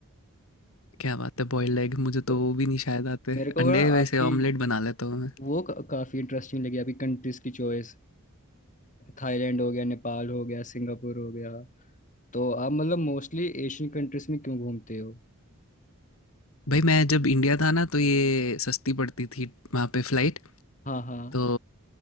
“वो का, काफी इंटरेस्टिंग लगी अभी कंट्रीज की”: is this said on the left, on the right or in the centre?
Left